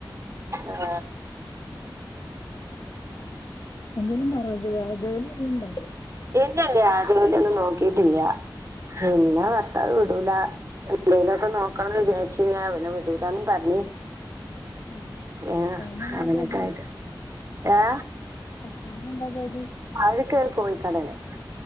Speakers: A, on the right; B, on the left.
A: ആ
B: എന്തേലും ജോലി ചെയ്യുന്നുണ്ടോ?
A: ഇല്ലല്ല ജോലി ഒന്നും നോക്കിട്ടില്ല. പിന്നെ ഭർത്താവ് വിടൂല ന്തേലോക്ക നോക്കണന്ന് വിജാരിച്ചില്ല, പിന്നെ വീടുലാന്നും പറഞ്.
B: ആഹ്
A: ഏ
B: ഭർത്താവിനെന്നാ
A: അങ്ങനൊക്കെ
B: ജോലി?
A: ആയിട്ട് ഏ.
B: താവിനെന്താ ജോലി?
A: അവര്ക്ക് കോഴിക്കടേണ്‌.